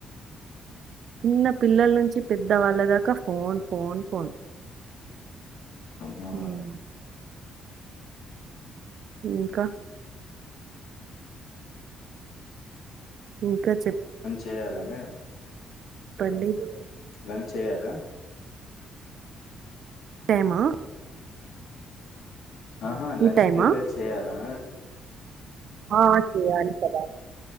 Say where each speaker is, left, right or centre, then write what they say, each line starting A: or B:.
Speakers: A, on the right; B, on the left.
A: చిన్న పిల్లల నుంచి పెద్దవాళ్ళ దాకా ఫోన్ ఫోన్ ఫోన్
B: మా
A: ఉమ్. ఇంకా ఇంకా చెప్
B: చేయాలా మేడం
A: పాండి <unintelligible>
B: పని చేయాలా
A: సేమా
B: ఆహా లంచ్
A: ఈ టైమా
B: ప్రిపేర్ చేయాలా
A: ఆ చెయాలి కథ